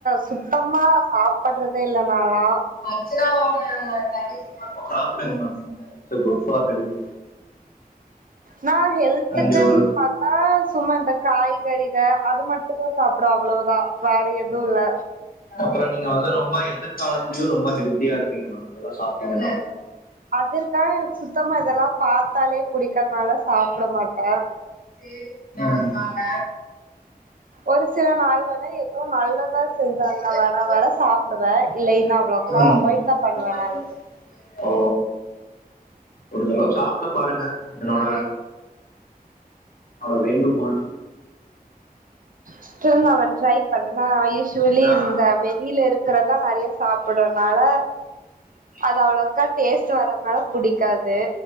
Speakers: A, on the right; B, on the left.
A: சுத்தமா சாப்படுறதே இல்ல நால்லா
B: ஆக்ச்சுவலா அவங்க <unintelligible> சாப்பிடுங்க ma'am it's good for health
A: நா ஹெல்துக்குன்னு
B: அண்ட் யுவர்
A: பாத்தா சும்மாதா காய்கறிக அது மட்டுதா சாப்பிட அவ்வுளவுதா வேற எதுவு இல்ல
B: அப்புறோ நீங்க வந்து ரொம்ப எதிர்காலத்தலயு ரொம்ப ஹெல்த்தியா இருப்பீங்க மேம் இதெல்லா சாப்பிட்டீங்கன்னா
A: அது தா எனக்கு சுத்தமா இதெல்லா பாத்தாலே புடிக்காதனால சாப்பிட மாட்டே
B: சேரி நாந்தாங்க
A: ஒரு சில நாள்வந் எதுவு நல்லத்தா செஞ்சான்னா வேணா வேற சாப்பிடுவே இல்லைன்னா அவ்ளோக்கா
B: உம்
A: அவாய்ட் தா பண்ணுவ
B: <unintelligible>
A: நா
B: ஓ ஒரு தடவ சாப்பிட்டு பாருங்க என்னோட என்னோட வேண்டுகோள்
A: ஸ்டில் நா ஒன்ஸ் ட்ரை பண்ணுரே நா யூஸ்வலி
B: ஆ
A: இந்த வெளியில இருக்கிறதா நறையா சாப்படுறனால அது அவ்ளவுக்கா டேஸ்ட் வர்ரதுனால புடிக்காது